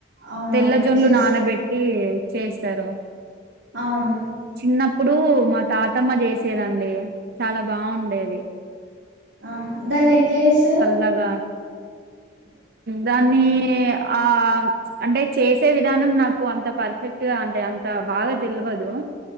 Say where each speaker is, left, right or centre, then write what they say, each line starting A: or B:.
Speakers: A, on the right; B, on the right.
A: అవునవును
B: తెల్లజొన్లు
A: చేస్తాం
B: నానబెట్టి చేస్తారు
A: అవును
B: చిన్నప్పుడు మా తాతమ్మ చేసేదండి చాలా బాగుండేది
A: ఆ దాన్ని ఎట్లా ఎస్తారు
B: లగా
A: <unintelligible>
B: దాన్ని ఆ అంటే చేసే విధానం నాకు అంత పర్ఫెక్ట్గా అంటే అంత బాగా తెల్వదు